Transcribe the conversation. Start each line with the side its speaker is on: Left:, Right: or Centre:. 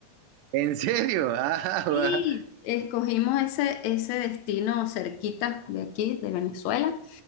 Right: <laughs> ¿En serio? Ah, <laughs> guau.
Left: Sí, escogimos ese, ese destino cerquita de aquí, de Venezuela.